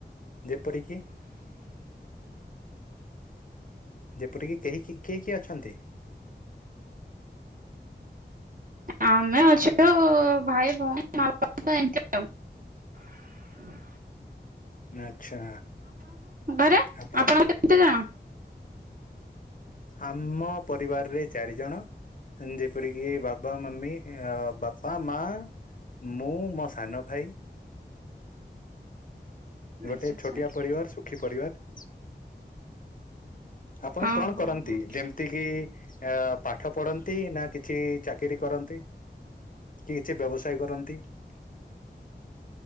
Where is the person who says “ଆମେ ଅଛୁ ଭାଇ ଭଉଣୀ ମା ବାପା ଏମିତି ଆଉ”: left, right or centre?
Right